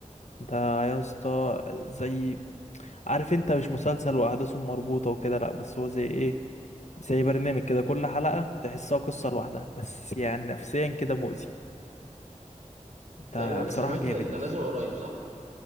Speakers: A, on the left; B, on the right.
A: ده يا اسطى زي عارف انت مش مسلسل واحداثه مربوطة وكده لا بس هو زي ايه زي برنامج كده كل حلقة تحسها قصة لوحدها بس يعني نفسيا كده مؤذي ده
B: تقريبا
A: بصراحة
B: سمعت
A: جامد
B: ده
A: يس
B: نازل قريب صح؟